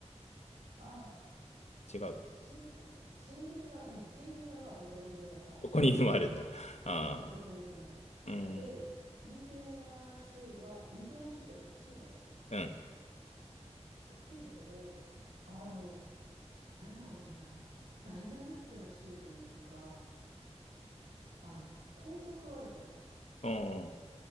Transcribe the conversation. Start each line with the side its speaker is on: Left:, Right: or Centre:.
Right: ああ、
Left: ち違う。
Right: 森林、森林は、うん、森林はまあどこにでもある。
Left: どこにでもあるんだ。<laughs> ああ、
Right: どこにでもある。
Left: うん、
Right: あで、インディアナ州は、インディアナ州って大きいのね。
Left: うん、
Right: 大きいんだけど、あの、なんだろうな、ダイナミックな州というか、あの、高速あるじゃん。
Left: うん、